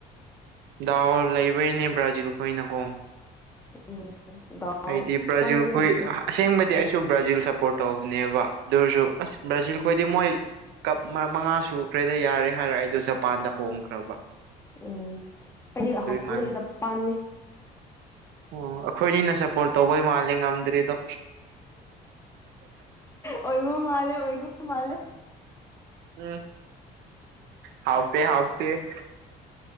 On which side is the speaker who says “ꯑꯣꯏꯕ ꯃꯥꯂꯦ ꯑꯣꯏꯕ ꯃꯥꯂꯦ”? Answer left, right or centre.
Left